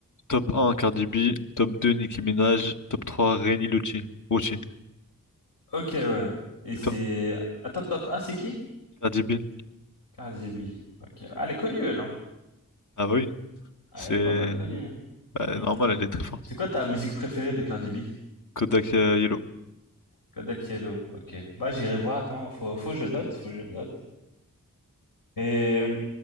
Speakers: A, on the left; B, on the left.
A: top un Cardi B, top 2 Nicki Minaj, top 3 Reni Luci, Rucci. Et
B: Ok, ouais. Et c'est...
A: Toi,
B: Attends, top un, c'est qui?
A: Cardi B.
B: Cardi B. Ok. Ah, elle est connue, elle, hein.
A: Ah bah oui,
B: Ah,
A: c'est
B: Elle est pas mal connue.
A: bah,
B: Hmm.
A: normal, elle est très forte.
B: C'est quoi ta musique préférée de Cardi B?
A: Kodak euh, Yellow.
B: Kodak Yellow. Ok. Bah, j'irai voir. Attends, faut, faut que je note, faut que je note. Et euh,